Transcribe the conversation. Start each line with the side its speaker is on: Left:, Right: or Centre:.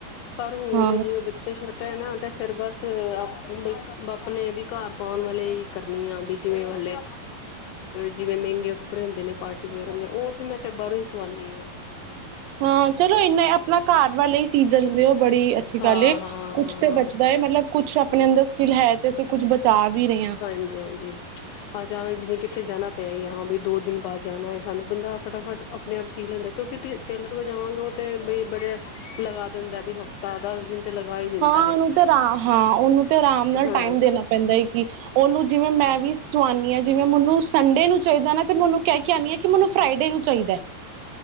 Left: ਪਰ ਹੁਣ
Right: ਹਾਂ।
Left: ਜਿਵੇਂ ਬੱਚੇ ਛੋਟੇ ਐ ਨਾ, ਤੇ ਫਰ ਬਸ ਆਪ ਆਪਣੇ ਵੀ ਘਰ ਪਾਉਣ ਵਾਲੇ ਕਰਨੀ ਆ, ਬਈ ਜਿਵੇਂ ਹਲੇ ਜਿਵੇਂ ਮਹਿੰਗੇ ਕੱਪੜੇ ਹੁੰਦੇ ਨੇ, ਪਾਰਟੀ ਵੇਅਰ ਹੁੰਦੇ ਆ, ਉਹ ਤੇ ਮੈਂ ਫੇਰ ਬਾਹਰੋਂ ਹੀ ਸਵਾਉਂਦੀ ਹਾਂ। ਅੱਛ
Right: ਹਾਂ ਚਲੋ ਇਨਾ ਆਪਣਾ ਘਰ ਵਾਰ ਲਈ ਸੀ ਦਿੰਦੇ ਹੋ, ਬੜੀ ਅੱਛੀ ਅੱਛੀ
Left: ਹਾਂ
Right: ਗਲ ਏ,
Left: ਹਾਂ
Right: ਕੁਛ
Left: ਹਾਂ
Right: ਤੇ ਬਚਦਾ ਏ, ਮਤਲਬ ਕੁਛ ਆਪਣੇ ਅੰਦਰ ਸਕਿੱਲ ਹੈ ਤੇ ਅਸੀਂ ਕੁਛ ਬਚਾ ਵੀ ਰਹੇ ਹਾਂ।
Left: ਹਾਂਜੀ ਹਾਂਜੀ ਅਚਾਨਕ ਜਿਵੇਂ ਕਿੱਥੇ ਜਾਣਾ ਪੈ ਗਿਆ, ਹਾਂ ਬਈ ਦੋ ਦਿਨ ਬਾਅਦ ਜਾਣਾ ਹੈ, ਸਾਨੂੰ ਬੰਦਾ ਫਟਾਫਟ ਆਪਣੇ ਆਪ ਸੀ ਲੈਂਦੇ, ਕਿਉਂਕਿ ਟੇਲਰ ਕੋ ਜਾਵਾਂਗੇ ਉਹ ਤੇ ਬਈ ਬੜੇ ਲਗਾ ਦਿੰਦਾ, ਵੀ ਹਫ਼ਤਾ ਦਸ ਦਿਨ ਤੇ ਲਗਾ ਹੀ ਦਿੰਦਾ
Right: ਹਾਂ
Left: ਹੈ
Right: ਉਹਨੂੰ ਤੇ ਆਰਾ, ਹਾਂ ਉਹਨੂੰ ਤੇ ਆਰਾਮ ਨਾਲ
Left: ਹਾਂ
Right: ਟਾਈਮ ਦੇਣਾ ਪੈਂਦਾ ਹੈ, ਕਿ ਉਹਨੂੰ ਜਿਵੇਂ ਮੈਂ ਵੀ ਸਵਾਉਦੀ ਹਾਂ, ਜਿਵੇਂ ਮੈਨੂੰ ਸੰਡੇ ਨੂੰ ਚਾਹੀਦਾ ਨਾ ਤੇ ਮੈਨੂੰ ਕਹਿ ਕਹਿੰਨੀ ਆ, ਕਿ ਮੈਨੂੰ ਫਰਾਈ ਡੇ ਨੂੰ ਚਾਹੀਦਾ ਹੈ।